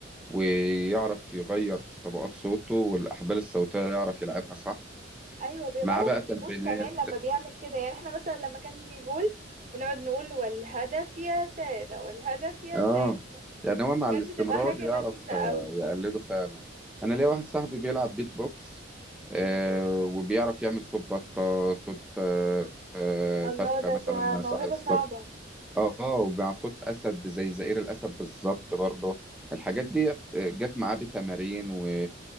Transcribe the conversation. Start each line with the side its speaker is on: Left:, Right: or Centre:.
Centre: ويعرف يغير في طبقات صوته والاحبال الصوتيه يعرف يلعبها صح
Right: ايوه بيغير
Centre: مع بقى
Right: من
Centre: تمرينات
Right: المود كمان لما بيعمل كده يعني احنا مثلا لما كان يجي جول ونقعد نقول والهدف يا سادة والهدف يا
Centre: اه
Right: سادة <laughs>
Centre: يعني هو مع
Right: فكانت
Centre: الاستمرار
Right: بتبقى حاجة
Centre: يعرف
Right: لذيذة قوي
Centre: آه، يقلده فعلا
Right: امم
Centre: انا ليا واحد صاحبي بيلعب بيت بوكس آه،
Right: امم
Centre: وبيعرف يعمل صوت بطة صوت آه، آه،
Right: الله
Centre: فرخة
Right: ده
Centre: مثلا
Right: تع- موهبة
Centre: صح الصوت
Right: صعبة
Centre: اه ومع صوت اسد زي زئير الاسد بالظبط برضه الحاجات
Right: مم.
Centre: دي جت معاه بتمارين و